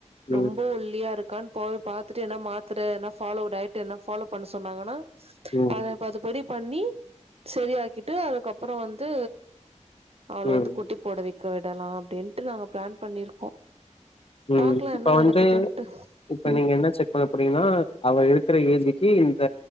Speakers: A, on the right; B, on the left.
A: ரொம்ப
B: ம்.
A: ஒல்லியா இருக்கான் போய் பாத்துட்டு என்ன மாத்திர என்ன ஃபாலோ டயட் என்ன ஃபாலோ பண்ண சொன்னாங்கன்னா
B: ம்.
A: அத அது படி பண்ணி செரியாக்கிட்டு அதுக்கப்புறோ வந்து அவள
B: ம்.
A: வந்து குட்டி போட வெக் க்க விடலா அப்டின்ட்டு நாங்க ப்ளான் பண்ணிருக்கோ
B: ம்
A: பாக்கலா
B: இப்ப
A: என்ன
B: வந்து
A: நடக்குதுன்ட்டு
B: இப்ப
A: ம்
B: நீங்க என்ன செக் பண்ண போறீங்ன்னா அவ இருக்கிற ஏஜிக்கு இந்த